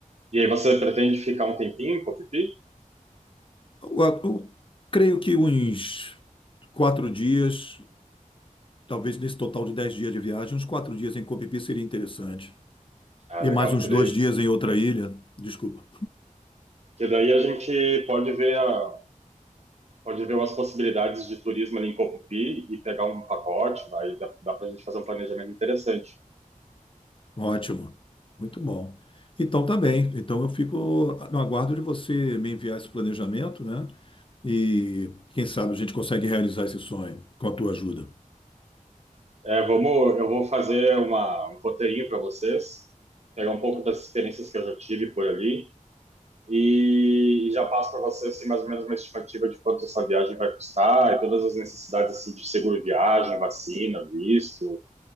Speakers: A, on the right; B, on the left.
A: E aí você pretende ficar um tempinho em Koh Phi Phi?
B: Eu, eu creio que uns quatro dias, talvez nesse total de dez dias de viagem, uns quatro dias em Copipi seria interessante.
A: Ah,
B: E
A: legal,
B: mais
A: porque
B: uns dois
A: daí,
B: dias em outra ilha. Desculpa.
A: porque daí a gente pode ver a, pode ver umas possibilidades de turismo ali em Copupi e pegar um pacote, aí dá, dá para a gente fazer um planejamento interessante.
B: Ótimo. Muito bom. Então tá bem. Então eu fico no aguardo de você me enviar esse planejamento, né? E quem sabe a gente consegue realizar esse sonho com a tua ajuda.
A: É, vamos, eu vou fazer uma, um roteirinho para vocês, pegar um pouco das experiências que eu já tive por ali e, e já passo para vocês assim, mais ou menos uma estimativa de quanto essa viagem vai custar e todas as necessidades assim, de seguro viagem, vacina, visto.